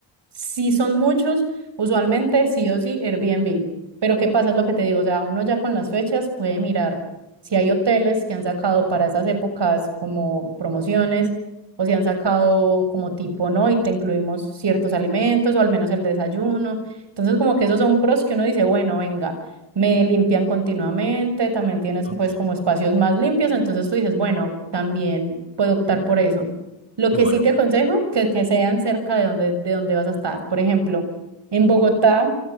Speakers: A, on the right (about 65°); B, on the left (about 30°).
A: si son muchos, usualmente sí o sí Airbnb. Pero ¿qué pasa? Es lo que te digo. O sea, uno ya con las fechas puede mirar si hay hoteles que han sacado para esas épocas como promociones o si han sacado como tipo, ¿no? Y te incluimos ciertos alimentos o al menos el desayuno. Entonces, como que esos son pros que uno dice, bueno, venga, me limpian continuamente, también tienes
B: Ok,
A: pues como espacios más limpios, entonces tú dices, bueno, también puedo optar por eso. Lo
B: ah,
A: que
B: bueno,
A: sí te aconsejo, que, que sean cerca de donde, de donde vas a estar. Por ejemplo, en Bogotá.